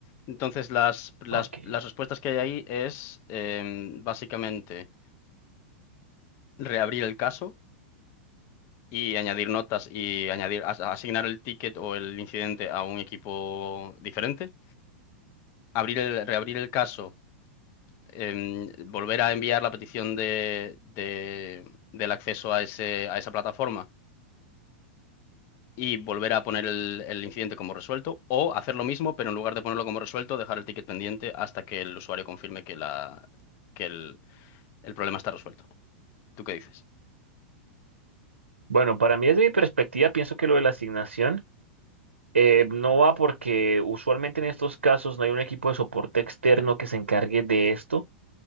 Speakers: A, on the left; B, on the right.
A: Entonces, las, las,
B: Ok.
A: las respuestas que hay ahí es eh, básicamente reabrir el caso y añadir notas y añadir, as- asignar el ticket o el incidente a un equipo diferente, abrir el, reabrir el caso em, volver a enviar la petición de, de- del acceso a ese, a esa plataforma y volver a poner el, el incidente como resuelto, o hacer lo mismo, pero en lugar de ponerlo como resuelto, dejar el ticket pendiente hasta que el usuario confirme que, la, que el, el problema está resuelto. ¿Tú qué dices?
B: Bueno, para mí desde mi perspectiva, pienso que lo de la asignación eh, no va porque usualmente en estos casos no hay un equipo de soporte externo que se encargue de esto,